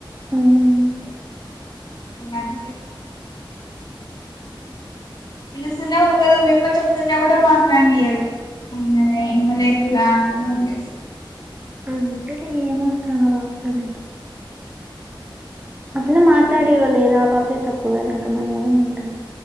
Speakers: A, on the right; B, on the left.
A: హ్మ్
B: ఇంగ అంతే పిలుస్తునే ఉల్కదు మీ అమ్మ చెప్తున్నా కూడా మాట్లాడినీయదు ఇంగ ఏమో లే పిల్ల అనుకుని వదిలేసి
A: అంతేలే ఏమవసరం ఆ పాపతో నీకి అట్లే మాట్లాడేవ లేదా ఆ పాపదే తప్పు కదా ఇంక మనం ఏమంటాం